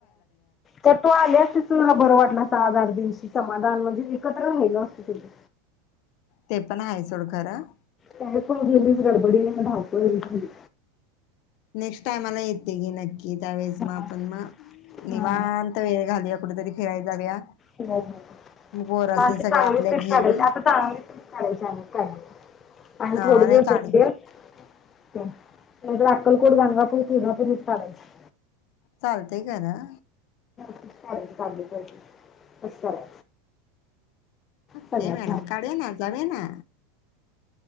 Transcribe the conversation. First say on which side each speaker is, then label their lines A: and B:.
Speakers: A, on the left; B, on the left.
A: तर तू आली असतीस तर मला बरं वाटल असत आज <inaudible> समाधान म्हणजे एकत्र राहिलो असतो सगळी.
B: ते पण आहे सोड खरं
A: तरीपण गेलीस गडबडीनं. धावपळ होत गेली.
B: नेक्स्ट टाईमाला येते घे नक्की. ये त्यावेेळेस
A: हा
B: म आपण म निवांत
A: हा.
B: वेळ घालवूया कुठेतरी फिराय जाऊया.
A: हं आता
B: मग पोरासनी
A: अशी
B: सगळ्या
A: चांगली
B: आपल्या
A: ट्रिप
B: घेऊन
A: काढायची, आता चांगली ट्रिप काढायची अनेक काडली तर आणि
B: हा
A: थोड दिवस
B: नाही काढे
A: <unintelligible> म्हणजे अक्कलकोट, गाणगापूर, खिद्रापूर ट्रिप काढायची.
B: चालतंय खरं.
A: <unintelligible> तस करायचं. सगळ्यात
B: के मॅडम
A: भारी.
B: काढूया ना, जाऊया ना,